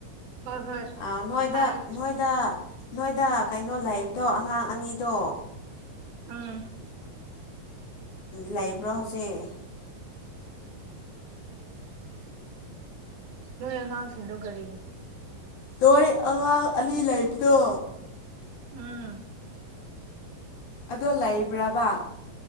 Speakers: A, on the right; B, on the left.
A: ꯍꯣꯏ ꯍꯣꯏ
B: ꯑ ꯅꯣꯏꯗ
A: ꯇꯥꯏꯌꯦ
B: ꯅꯣꯏꯗ ꯅꯣꯏꯗ ꯀꯩꯅꯣ ꯂꯩꯕꯗꯣ ꯑꯉꯥꯡ ꯑꯅꯤꯗꯣ
A: ꯎꯝ
B: ꯂꯩꯕ꯭ꯔꯣ ꯍꯧꯖꯤꯛ
A: ꯅꯣꯏ ꯑꯉꯥꯡꯁꯤꯡꯗꯣ ꯀꯔꯤ
B: ꯅꯣꯏ ꯑꯉꯥꯡ ꯑꯅꯤ ꯂꯩꯕꯗꯣ
A: ꯎꯝ
B: ꯑꯗꯣ ꯂꯩꯕ꯭ꯔꯥꯕ